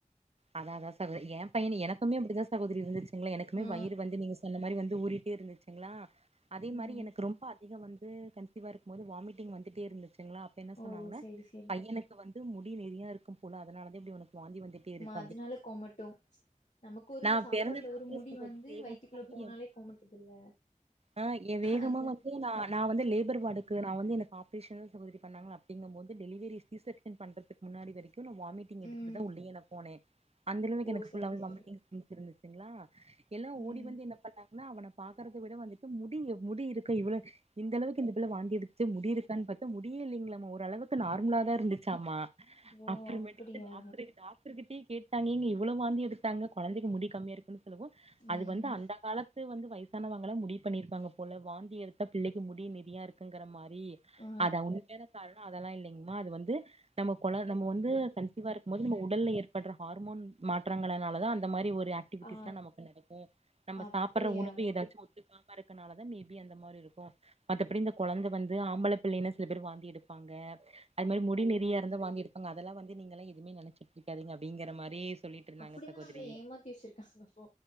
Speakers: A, on the right; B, on the left.
A: அதா அதா சகோ எ பைய எனக்குமே அப்படிதா சகோரி இருந்துச்சுங்கலே எனக்குமே
B: ஆ
A: வயிறு வந்து நீங்க சொன்ன மாரி வந்து ஊறிட்டே இருந்துச்சு லா அதே மாரி
B: ம்
A: எனக்கு ரொம்ப அதிக வந்து கன்சிவா இருக்கும்போது வாமிட்டிங் வந்துட்டே இருந்துச்சுங்களா என்ன
B: ஓ
A: சொன்னாங்கன்னா
B: சேரி சேரி
A: பையனுக்கு வந்து முடி நெறியா இருக்கு போல அதுனால தே இப்டி உனக்கு வாந்தி வந்துட்டே இருக்
B: அதுனால கொமட்டு நமக்கு ஒரு
A: நா
B: சாப்பாட்டுல
A: பெறந்ததுக்கு
B: ஒரு
A: அப்றோ
B: முடி
A: சகோதரி
B: வந்து
A: வேகமா
B: வயித்துக்குள்ள
A: வந்து
B: போனாலே
A: என்
B: கொமட்டுதுல்ல
A: ஆ ஏ வேகமா
B: அந்த
A: வந்து நா நா வந்து லேபர் வாடுக்கு நா வந்து எனக்கு ஆப்ரேஷன் தா சகதிரி பண்ணாங்க அப்டிங்கம்போது டெலிவரி சிசே யன் பண்றதுக்கு முன்னாடி வரைக்கு நா வாமிட் மிட்டிங் எடுத்துட்டுதா
B: ம்
A: உள்யே நா போனே அந்த அளவுக்கு
B: ஓ
A: எனக்கு
B: சேரி
A: ஃபுல்லாவே
B: சேரி
A: வாமிட்டிங் சென்ஸ் இருந்துச்சு சுங்லா எல்லா
B: ம்
A: ஓடி வந்து என்ன பண்ணாங்கன்னா அவன பாக்கறத விட வந்துட்டு முடி எவ் முடி இருக் க்க இவ்ள இந்த அளவுக்கு இந்த பிள்ள வாந்தி எடுத்து முடி இருக்கான் பாத்தா முடியே இல்லைங்ளாமா ஓரளவுக் நார்மலா தா இருந்துச்சாமா
B: ஓ
A: அப்பறமேட்டுக்கு
B: அப்படியா
A: டாக்ட்ரு டாக்ட்ரு கிட்டயே கேட்டா நீங்க இவ்வளோ வாந்தி எடுத்தாங்க கொழந்தக்கி முடி கம்மியா இருக்குன சொல்லவு அது
B: ம்
A: வந்து அந்த கால த்து வந்து வயசானவங்கலா முடிவு பண்ணிருப்பாங்க போல வாந்தி எடுத்தா பிள்ளக்கி முடி நெறையா இருக்குங்கிற மாரி
B: ஆ
A: அத உண்மையான காரணோ அதெல்லா இல்லைங்மா அது வந்து நம்ம கொழ நம்ம வந்து கன்சிவா இருக் போது நம்ம உடல்ல ஏற்பட்ர ஹார்மோன் மாற்றங்களனால தா அந்தமாரி ஒரு ஆக் ஆக்டிவிட்டிஸ்
B: ஆ
A: நம்ம பண்ணிருபாபோ நம்ம
B: அப்படியா
A: சாப்பட்ற உணவு எதாச்சு ஒத்துக்காம இருக்கனாலதா மேபி அந்தமா மாரி இருக்கு மத்தபடி இந்த கொழந்த வந்து ஆம்பல பிள்ளைன்னா சில பேர் வாந்தி எடுப்பாங்க அது மாரி முடி நெறியா இருந்து வாந்தி எடுபாங்க அதெல்லா வந்து நீங்கல்லா எவுமே நெனைச்சுட் இருக்காதிங்க அப்டிங்கிற மாரி சொல்லிட்டு இருந்தாங்க
B: அப்படிதா
A: சகோதிரி
B: நம்மள ஏமாத்தி வச்சிருக்காங்க அப்போ